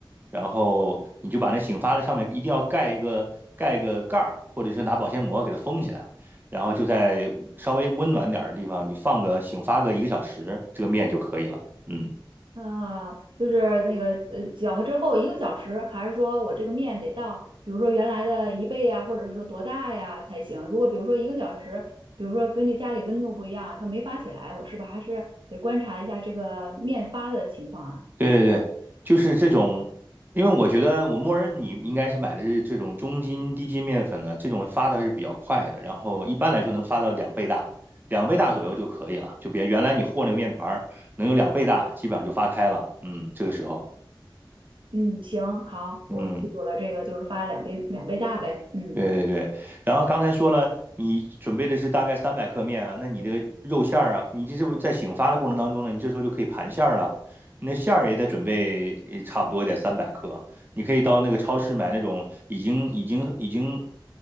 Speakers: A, on the right; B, on the right.
A: 然后你就把那醒发的上面一定要盖一个盖一个盖儿，或者是拿保鲜膜给它封起来，然后就在稍微温暖点儿的地方，你放个醒发个一个小时，这个面就可以了。嗯，
B: 啊，就是那个呃，搅和之后一个小时，还是说我这个面得到，比如说原来的一倍呀，或者说多大呀才行？如果比如说一个小时，比如说根据家里温度不一样，它没发起来，我是不是还是得观察一下这个面发的情况啊？
A: 对对对，就是这种，因为我觉得我默认你应该是买的是这种中筋、低筋面粉的，这种发的还是比较快的，然后一般来说能发到两倍大。两倍大左右就可以了，就别原来你和那个面团儿能有两倍大，基本上就发开了。嗯，这个时候，
B: 嗯，行，好，
A: 嗯，
B: 我记住了，这个就是发两倍两倍大呗。嗯。
A: 对对对，然后刚才说了，你准备的是大概三百克面啊，那你这个肉馅儿啊，你这是不是在醒发的过程当中呢？你这时候就可以盘馅儿了，你那馅儿也得准备呃差不多得三百克，你可以到那个超市买那种已经已经已经